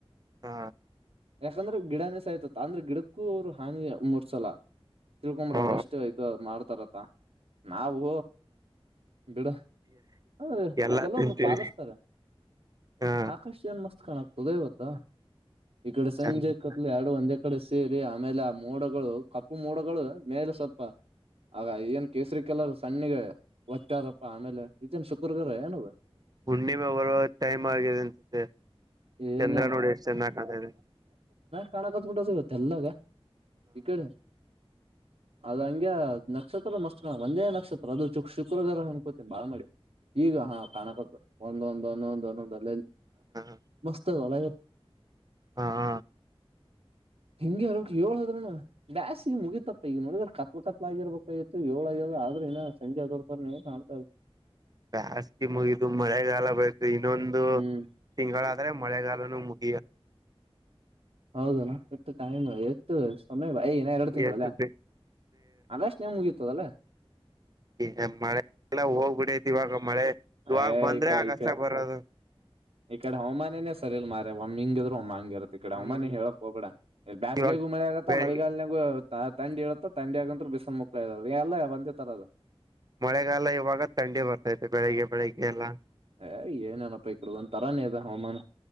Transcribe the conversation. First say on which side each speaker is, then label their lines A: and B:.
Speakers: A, on the right; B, on the right.
A: ಹಾ ಹಾ
B: ಯಾಕಂದ್ರೆ ಗಿಡನೇ ಸಾಯ್ತತ್ ಅಂದ್ರೆ ಗಿಡಕ್ಕೂ ಅವರು ಹಾನಿ ಮೂರ್ಸಲ್ಲ ತಿಳ್ಕೊ್ಬಿಡವ್ರ
A: ಹಾ
B: ಎಷ್ಟು ಇದು ಮಾಡ್ತಾರ ನಾವು ಬಿಡ ಹ ರ
A: ಎಲ್ಲಾ
B: ಕೆಲವೊಬ್ರು
A: ತಿಂತೀವಿ
B: ಪಾಲಿಸ್ತಾರೆ
A: ಹಾ
B: ಆಕಾಶ ಏನ್ ಮಸ್ತ್ ಕತ್ಕಾಣ ಆ್ತದ ಇವತ್ತಾ ಈ ಕಡೆ ಸಂಜೆ
A: ಚಂದ
B: ಕತ್ಲು ಎರಡು ಒಂದೇ ಕಡೆ ಸೇರಿ ಆಮೇಲೆ ಆ ಮೋಡಗಳು ಕಪ್ಪು ಮೋಡಗಳು ಮೇಲೆ ಸ್ವಲ್ಪ ಆಗ ಏನ್ ಕೇಸರಿ ಕಲರ್ ತಣ್ಣಗೆ ಒಚ್ಚಾರಪ್ಪ ಆಮೇಲೆ ಏನದ
A: ಹುಣ್ಣಿಮೆ ಬರುವ ಟೈಮ್ ಆಗಿದೆ ಅಂತ
B: ಏನೇನು
A: ಚಂದ್ರ ನೋಡಿ ಎಷ್ಟು ಚೆನ್ನ ಕತದೆ
B: ಕಾಣಕ ಹತ್ಬಿಟ್ಟ ಸಿಗತ್ತೆ ಎಲ್ಲಾಗ ಈ ಕಡೆ ಅದ ಹಂಗಗೆ ನಕ್ಷತ್ರ ಮಸ್ತ್ ಕ ಒಂದೇ ನಕ್ಷತ್ರ ಅದು ು ಶುಕ್ರಗಾರ ಕೋತೇನೆ ಬಾಳ ಮಾಡಿ ಈಗ ಹಾ ಕಾಣಕ ಒಂದೊಂದು ಒಂದೊಂದು ಒಂದೊಂದು ಅಲ್ಲಲ್ಲಿ
A: ಹಾ
B: ಮಸ್ತ ಅಲ
A: ಹಾ ಹ
B: ಹೆಂಗೆ ಅವರಕ್ ಏಳ್ದ್ರೂ ಬ್ಯಾಸಿಗೆ ಮುಗಿತಪ್ಪ ಈಗ ನೋಡಿದ್ರ ಕತ್ಲ ಕತ್ಲ ಆಗಿರ್ಬೇಕಾಗಿತ್ತು ಏಳ್ಗ್ಯ ಆದ್ರೆ ಇನ ಸಂಜಯ ದೊಡ್ತ ನೀ ಸತ
A: ಜಸ್ತಿ ಮುಗಿ ತು ಮರಗಲ್ಲ ಬ ಇನ್ನೊಂದು
B: ಹ್ಮ್
A: ತಿಂಗಳಾದ್ರೆ ಮಳೆಗ ಮುಗ
B: ಹೌದಣ ಎಟ್ಟು ಟೈಮ್ ಎಷ್ಟು ಒಮ್ಮೆ ಬಾಯ ನ ಎರಡು ತಿಂಗಳುಲ್ಲ
A: ಎಷ್ಟು
B: ಆಗಷ್ಟಟ್ ನೇ ಮುಗಿಯತದಲ್ಲ
A: ಈ ಮಳೆಲ್ಲ ಹೋಗ್ಬಿಡೈತಿ ಇವಾಗ ಮಳೆ
B: ಹ
A: ಇವಾಗ ಬಂದ್ರೆ ಆಗಷ್ಟ
B: ಈ
A: ಬರೋದು
B: ಈಕಡೆ ಹವಾಮಾನನೆ ಸರಿ ಇಲ್ ಮ ಒಮ್ಮೆ ಇಂಗಿದ್ರು ಒಮ್ಮೆ ಅಂಗಿರ್ತತೆ ಈಡ
A: ಹ್ಮ್
B: ಅಮ್ಮಾನಿ ಹೇಳಕ್ ಹೋಗ ಎಲ್ಲಿ ಬೇಸ್ಗೆಗು
A: ಇವಾಗ
B: ಮಳೆ ಆಗತ್ತ
A: ಬೆಳಿಗ್ಗೆ
B: ಮಳಿಗಾಲ ನಗು ತಂಡಿ ಇರುತ್ತೆ ತಂಡಿ ಆದ್ನಂತರ ಬಿಸನ್ ಮುಕ್ತಾ ಇರ ಎಲ್ಲ ಒಂದ ತರದ
A: ಮಳೆಗಾಲ ಇವಾಗ ತಂಡಿ ಬರ್ತೈತೆ ಬೆಳಿಗ್ಗೆ ಬೆಳಿಗ್ಗೆ ಎಲ್ಲ
B: ಅ ಏನೇನಪ್ಪಾ ಇಕಡ ಒಂತರಾನೇ ಅ ಹವಾಮಾನ